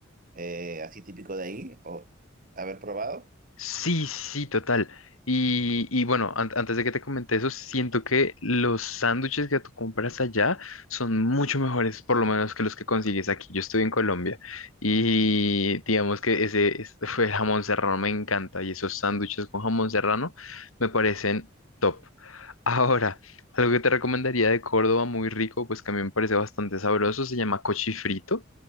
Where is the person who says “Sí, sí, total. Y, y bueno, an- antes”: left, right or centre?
Left